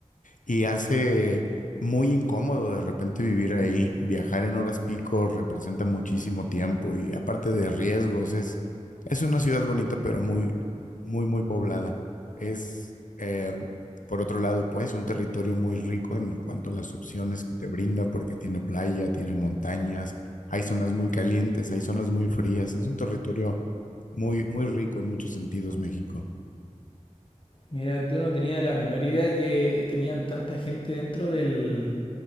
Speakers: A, on the left; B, on the left.
A: Y hace muy incómodo de repente vivir ahí. Viajar en horas pico representa muchísimo tiempo y aparte de riesgos, es, es una ciudad bonita, pero muy, muy, muy poblada. Es, eh, por otro lado, pues, un territorio muy rico en cuanto a las opciones que te brinda, porque tiene playa, tiene montañas, hay zonas muy calientes, hay zonas muy frías. Es un territorio muy, muy rico en muchos sentidos, México.
B: Mira, tú no tenías la menor idea que tenían tanta gente dentro del,